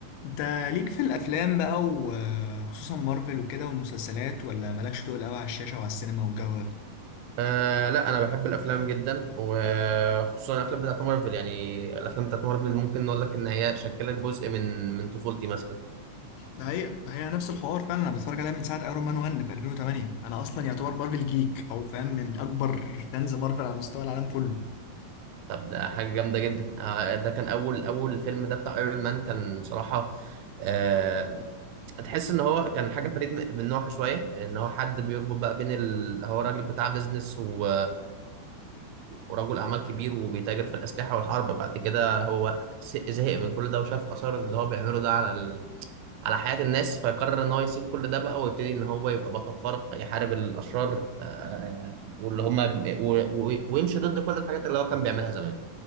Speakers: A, on the left; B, on the right.
A: انت ليك في الافلام بقى وخصوصا مارفل وكده والمسلسلات ولا مالكش تقول قوي على الشاشه وعلى السينما والجو ده
B: آه لا انا بحب الافلام جدا وخصوصا الافلام بتاعت مارفل يعني الافلام بتاعت مارفل ممكن نقول لك ان هي شكلت جزء من من طفولتي مثلا
A: ده حقيقة ده حقيقة نفس الحوار فعلا انا بتفرج عليها من ساعه ايرون مان 1 في 2008 انا اصلا يعتبر مارفل جيك او فاهم من اكبر فانز مارفل على مستوى العالم كله
B: طب ده حاجه جامده جدا آه ده كان اول اول فيلم ده بتاع ايرون مان كان صراحه آه تحس ان هو كان حاجه فريد من من نوعها شويه ان هو حد بيربط بقى بين ال... هو راجل بتاع بيزنس و... ورجل اعمال كبير وبيتاجر في الاسلحه والحرب بعد كده هو زهق من كل ده وشاف اثار اللي هو بيعمله ده على على حياة الناس فيقرر ان هو يسيب كل ده بقى ويبتدي ان هو يبقى بطل خارق يحارب الاشرار آه، واللي هم و- و- ويمشي ضد كل الحاجات اللي هو كان بيعملها زمان